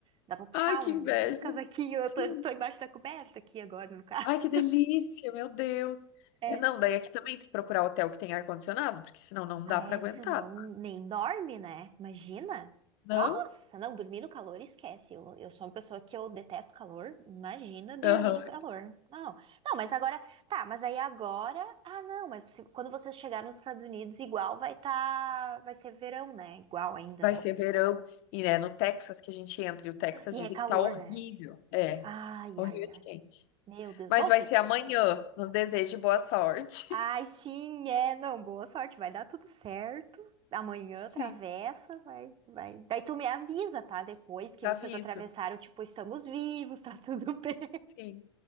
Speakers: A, on the right; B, on the left.
A: Dá pra puxar
B: Ai, que
A: um,
B: inveja.
A: um casaquinho,
B: Sim.
A: eu tô, tô embaixo da coberta aqui agora, no caso.
B: Ai, que
A: <laughs>
B: delícia, meu Deus.
A: É.
B: É, não, daí aqui também tem que procurar hotel que tem ar-condicionado, porque senão não
A: Ah,
B: dá pra aguentar,
A: essa não
B: sabe?
A: nem dorme, né? Imagina!
B: Não?
A: Nossa, não, dormir no calor, esquece. Eu, eu sou uma pessoa que eu detesto calor. Imagina dormir
B: Aham.
A: no calor. Não, não, mas agora, tá, mas aí agora, ah, não, mas se- quando vocês chegarem nos Estados Unidos, igual vai tá, vai ser verão, né? Igual ainda,
B: Vai
A: né?
B: ser verão. E é
A: Sim.
B: no Texas que a gente entra, e o Texas
A: E
B: dizem
A: é calor,
B: que tá horrível.
A: né?
B: É,
A: Ai,
B: horrível
A: ai, ai.
B: de quente.
A: Meu Deus,
B: Mas
A: bom,
B: vai
A: tem
B: ser
A: que
B: amanhã.
A: preparar.
B: Nos desejo boa sorte.
A: Ai, sim, é. Não, boa sorte. Vai dar tudo certo. Amanhã
B: <laughs> Sim,
A: atravessa, vai, vai. Daí tu me avisa, tá? Depois que
B: aviso.
A: vocês atravessaram, tipo, estamos vivos, tá tudo <laughs> bem.
B: Sim.